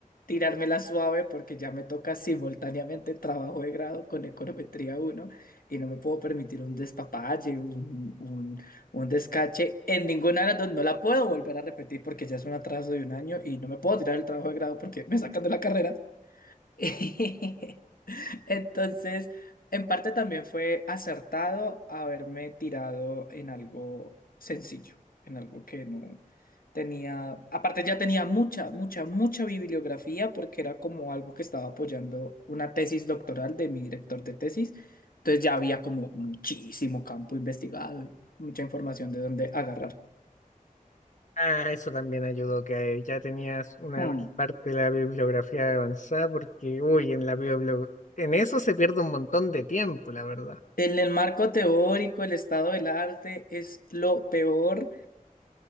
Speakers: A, on the left; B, on the left.
A: tirármela suave porque ya me toca simultáneamente trabajo de grado con econometría uno y no me puedo permitir un despapalle, un, un, un descache. En ninguna de las dos no la puedo volver a repetir porque ya es un atraso de un año y no me puedo tirar el trabajo de grado porque me sacan de la carrera. <laughs> Entonces, en parte también fue acertado haberme tirado en algo sencillo, en algo que no tenía, aparte ya tenía mucha, mucha, mucha bibliografía porque era como algo que estaba apoyando una tesis doctoral de mi director de tesis, entonces ya había como muchísimo campo investigado y mucha información de dónde agarrar.
B: Ah, eso también ayudó, que ya tenías una
A: Mm.
B: parte de la bibliografía avanzada, porque, uy, en la biblio- en eso se pierde un montón de tiempo, la verdad.
A: En el marco teórico, el estado del arte es lo peor